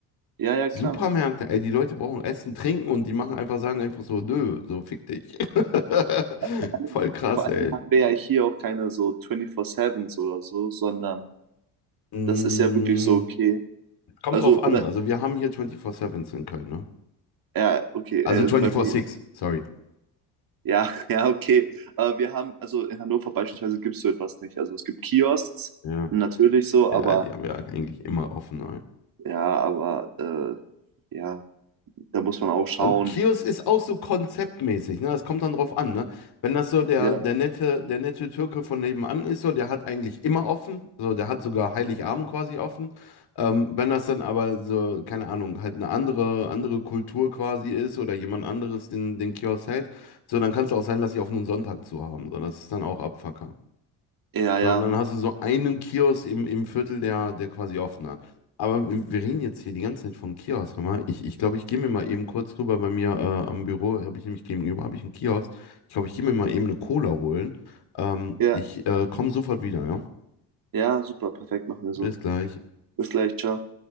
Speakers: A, on the right; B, on the left.
A: ja, ja,
B: Supermärkte,
A: klar.
B: ey, die Leute brauchen Essen, Trinken und die machen einfach, sagen einfach so, nö, so fick dich. <laughs>
A: Vor allen
B: Voll
A: Dingen,
B: krass,
A: vor allen
B: ey.
A: Dingen haben wir ja hier auch keine so 24-7s oder so, sondern
B: Mm,
A: das ist ja wirklich so, okay.
B: kommt
A: Also,
B: drauf
A: oder,
B: an. Also wir haben hier 24-7s in Köln, ne?
A: ja, okay, äh,
B: Also
A: also
B: 24-6,
A: bei mir,
B: sorry.
A: ja, <laughs> ja, okay. Äh, wir haben, also in Hannover beispielsweise gibt es so etwas nicht. Also es gibt Kiosks,
B: Ja.
A: natürlich so,
B: Ja,
A: aber
B: die haben ja eigentlich immer offen.
A: ja, aber äh, ja, da muss man auch schauen.
B: Also Kiosk ist auch so konzeptmäßig, ne? Das kommt dann drauf an, ne? Wenn das so der,
A: Ja,
B: der nette, der nette Türke von nebenan ist, so, der hat eigentlich immer offen, so, der hat sogar Heiligabend quasi offen. Ähm, wenn das dann aber so, keine Ahnung, halt eine andere, andere Kultur quasi ist oder jemand anderes den, den Kiosk hält, so, dann kann es auch sein, dass sie auf einen Sonntag zu haben. So, das ist dann auch Abfuck
A: Ja,
B: sondern
A: ja,
B: hast du so einen Kiosk im, im Viertel, der, der quasi offen hat. Aber wir wir reden jetzt hier die ganze Zeit von Kiosk. Hör mal, ich ich, glaube, ich gehe mir mal eben kurz rüber bei mir äh, am Büro, habe ich nämlich gegenüber, habe ich einen Kiosk. Ich glaube, ich gehe mir mal eben eine Cola holen. Ähm,
A: ja.
B: ich äh, komme sofort wieder, ja?
A: ja, super, perfekt, machen wir so.
B: Bis gleich.
A: Bis gleich, ciao.